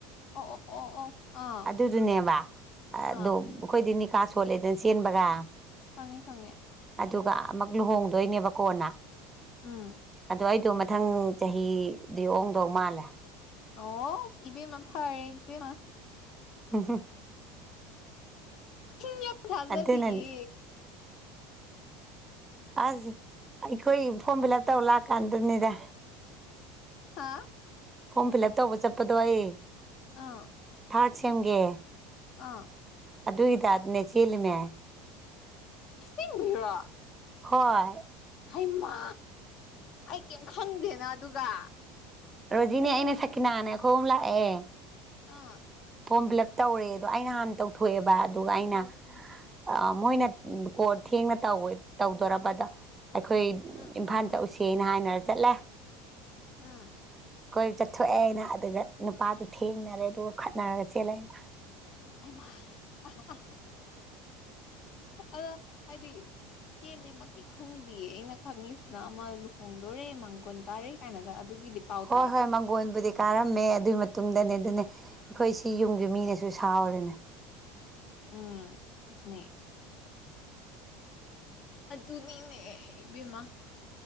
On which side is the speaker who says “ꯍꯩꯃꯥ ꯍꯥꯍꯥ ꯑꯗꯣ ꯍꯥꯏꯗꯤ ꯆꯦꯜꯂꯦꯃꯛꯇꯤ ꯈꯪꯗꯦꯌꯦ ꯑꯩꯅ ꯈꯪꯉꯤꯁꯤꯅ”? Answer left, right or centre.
Left